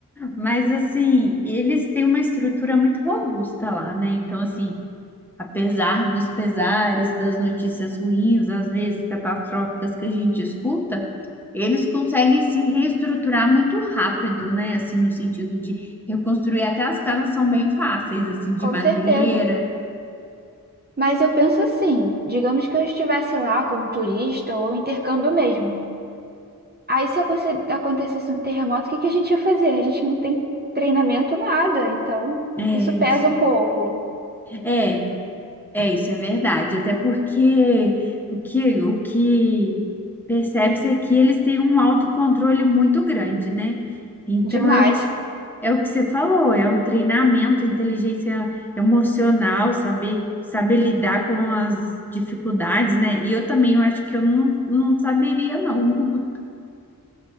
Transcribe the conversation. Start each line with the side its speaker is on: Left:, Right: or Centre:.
Centre: Mas assim, eles têm uma estrutura muito robusta lá, né? Então, assim. apesar dos pesares, das notícias ruins, às vezes catastróficas que a gente escuta, eles conseguem se reestruturar muito rápido, né? Assim, no sentido de reconstruir até as casas são bem fáceis, assim, de
Right: Com
Centre: madeira.
Right: certeza. Mas eu penso assim, digamos que eu estivesse lá como turista ou intercâmbio mesmo. Aí se aconse- acontecesse um terremoto, o que que a gente ia fazer? A gente não tem treinamento nada, então
Centre: É
Right: isso pesa
Centre: isso.
Right: um pouco
Centre: É, É, isso é verdade. Até porque o que, o que percebe-se é que eles têm um autocontrole muito grande, né? Então
Right: demais.
Centre: é o que, é o que você falou, é um treinamento, inteligência emocional, saber, saber lidar com as dificuldades, né? E eu também eu acho que eu não, não saberia, não. <laughs>